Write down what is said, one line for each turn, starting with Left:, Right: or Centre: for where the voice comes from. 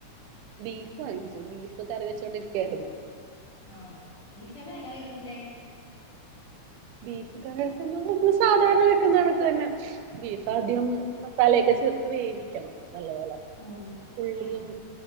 Right: ബീഫ് വാങ്ങിച്ചു ബീഫ് കറി വെച്ചൊണ്ടിരിക്കായിരുന്നു.
Left: ആണോ ബീഫ് എങ്ങനെ കറി വെക്കുന്നെ
Right: ബീഫ് കറി വെക്കുന്ന നമ്മള് സാധാരണ വെക്കുന്ന കാണക്ക് തന്നെ ബീഫ് ആദ്യം മസാലയൊക്കെ ചേർത്ത് വേവിക്കണം നല്ല പോലെ
Left: ഉം
Right: ഉള്ളിയും
Left: ആ